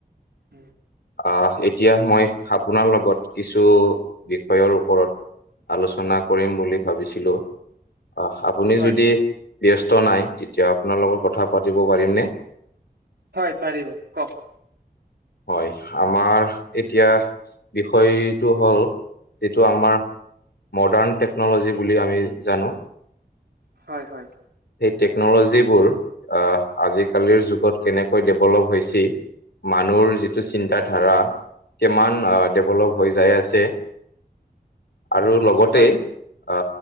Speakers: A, on the right; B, on the left.
A: উম।
B: অ এতিয়া মই আপোনাৰ লগত কিছু বিষয়ৰ ওপৰত আলোচনা কৰিম বুলি ভাবিছিলো। আহ আপুনি
A: হয়
B: যদি ব্যস্ত নাই তেতিয়া আপোনাৰ লগত কথা পাতিব পাৰিমনে?
A: হয় পাৰিব, কওক।
B: হয় আমাৰ এতিয়া বিষয়টো হ'ল যিটো আমাৰ মডাৰ্ণ টেকন'লজি বুলি আমি জানো।
A: হয়, হয়।
B: সেই টেকনলজিবোৰ আ আজি-কালিৰ যুগত কেনেকৈ ডেভেলপ হৈছি মানুৰ যিটো চিন্তা ধাৰা কিমান ডেভেলপ হৈ যাই আছে আৰু লগতে
A: হয়
B: আ